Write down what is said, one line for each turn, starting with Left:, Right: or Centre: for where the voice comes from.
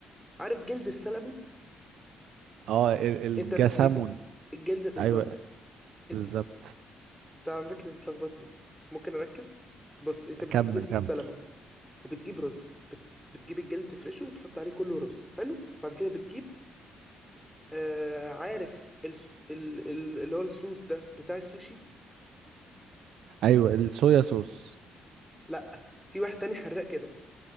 Centre: عارف جلد السلمون
Right: اه ال- الجسامون
Centre: انت بتجيبه الجلد بالظبط
Right: ايوه
Centre: انت
Right: بالظبط
Centre: انت على فكرة بتلخبطني ممكن اركز بص انت بتجيب
Right: كمل
Centre: جلد
Right: كمل
Centre: السلمون وبتجيب رز بت... بتجيب الجلد تفرشه وتحط عليه كله رز حلو بعد كده بتجيب آه عارف الس... ال... ال... اللي هو الصوص ده بتاع السوشي
Right: ايوه الصويا صوص
Centre: لا في واحد تاني حراق كده